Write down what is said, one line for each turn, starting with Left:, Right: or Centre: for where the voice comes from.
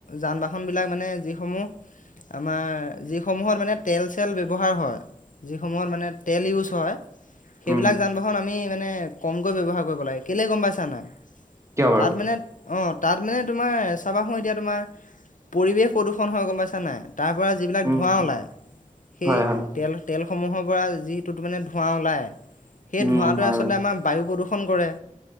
Left: যান বাহনবিলাক মানে যিসমূহ আমাৰ যি সমূহত মানে তেল চেল ব্যৱহাৰ হয়। যিসমূহত মানে তেল ইউজ হয় সেইবিলাক
Right: উম
Left: যান বাহন আমি মান নে কমকৈ ব্যৱহাৰ কৰিব লাগে কেলে গম পাইছা নাই।
Right: কিয় বাৰু
Left: তাত মানে অ তাত মানে তোমাৰ চাবা সো এতিয়া তোমাৰ পৰিৱেশ প্ৰদূষণ হয় গম পাইছা নাই তাৰ পৰা
Right: উম
Left: ধোঁৱা ওলাই সেই
Right: হয় হয়
Left: তেল তেল সমূহৰ পৰা যিহেতুটো তো মানে ধোঁৱা ওলাই। সেই
Right: উম
Left: ধোঁৱাটোৱে
Right: হয়
Left: আচলতে আমাম বায়ু প্ৰদূষ ফোন কৰে।